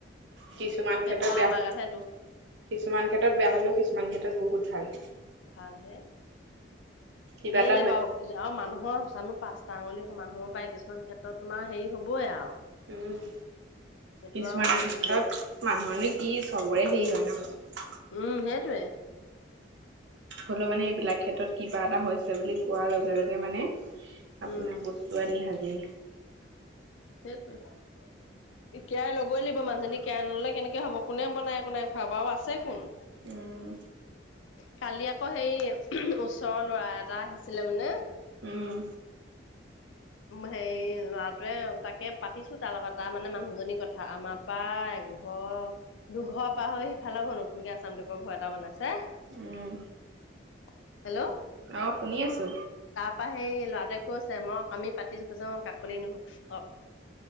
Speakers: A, on the right (about 75°); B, on the left (about 80°).
A: কিছুমান
B: সেইটো
A: ক্ষেত্ৰত
B: আৰু
A: বেয়া
B: আমাৰ
A: -কিছুমান
B: গাতহে দুখ
A: ক্ষেত্ৰত বেয়া হলেও কিছুমান ক্ষেত্ৰত বহুত ভাল।
B: ভাল হে,
A: কিবা
B: কেলে
A: এটা হয়
B: বাৰু কি আৰু মানুহৰ চানো পাঁচ টা আঙুলি সমান হব পায় কিছুমান ক্ষেত্ৰত তোমাৰ হেৰি হ'বই আৰু
A: উম,
B: সেইটো
A: কিছুমান
B: আৰু
A: ক্ষেত্ৰত
B: হেৰি
A: মানুহনো কি চবৰে হেৰি হয়। <unintelligible>
B: উম, সেইটোৱে।
A: হ'লেও মানে, এইবিলাক ক্ষেত্ৰত কিবা এটা হৈছে বুলি কোৱাৰ লগে, লগে মানে, আপোনাৰ
B: উম
A: বস্তু আনি সাজি
B: সেইটোৱে। কেয়াৰ ল'বই লাগিব, মানুহজনী কেয়াৰ ন'ললে কেনেকে হ'ব। কোনে বনাই বনাই খুৱাব আৰু আছে কোন।
A: উম
B: কালি আকৌ, সেই ওচৰৰ ল'ৰা এটা আহিছিলে মানে,
A: উম!
B: হেৰি ল'ৰাটোৱে তাকে, পাতিছোঁ তাৰ লগত, তাৰ মানে, মানুহজনীৰ কথা। আমাৰ পৰা এঘৰ দুঘৰ পাহৰি সিফালৰ ঘৰ নতুনকে আচামটাইপৰ ঘৰ এটা বনাইছে।
A: উম।
B: <unintelligible> হেল্ল'?
A: অ শুনি আছো
B: তাৰপা, সেই ল'ৰাটোৱে কৈছে, মই আমি পাতিছোঁ কৈছোঁ, কাকলি নুহো অ'!